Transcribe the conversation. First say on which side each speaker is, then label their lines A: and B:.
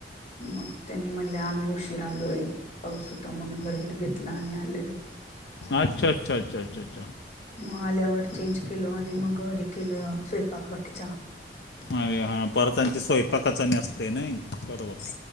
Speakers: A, on the left; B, on the left.
A: मग त्यांनी म्हणले, आम्ही उशीरा आलोय. पाऊस होता म्हणून भरभर घेतला आणि आले व्हय.
B: अच्छा! च्छा-च्छा-च्छा-च्छ.
A: मग आल्यावर चेंज केलं आणि मग हे केलं स्वयंपाक बाकीचा.
B: अरे हा! परत आणखी स्वयंपाकाचा नय असते ना बरोबर.